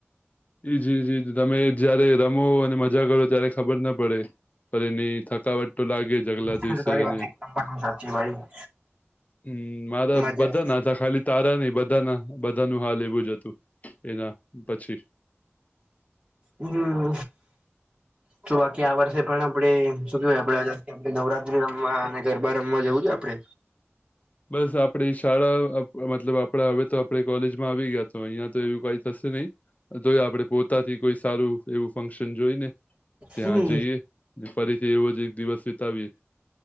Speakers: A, on the left; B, on the right.
A: એ જી જી તમે જયારે રમો અને મજા કરો ત્યારે ખબર ના પડે <unintelligible> પણ એની થકાવટ. તો લાગે જ અગલા
B: હ
A: દિવસે
B: તારી
A: અને
B: વાત છે સાચી ભાઈ <inaudible>
A: હમ મારા
B: મજા
A: બધા ના હતા ખાલી તારા નહિ બધા ના બધા ના હાલ એવું જ હતું. એના પછી
B: હમ તો બાકી આ વર્ષે પણ આપડે શું કેવાય આપડે. કે નવરાત્રી રમવા અને ગરબા રમવા જેવું છે આપડે?
A: બસ. આપણે શાળા મતલબ આપણા હવે તો આપણે કોલેજમાં આવી ગયા તો, અહીિયાયા તો એવું કઈ થશે નહી. તોય આપડે પોતાથી કોઈ સારું એવું ફંક્શન જોઈ ને. ત્યાં
B: હમ
A: જઈએ. ફરીથી એવો જ એક દિવસ વિતાવીએ.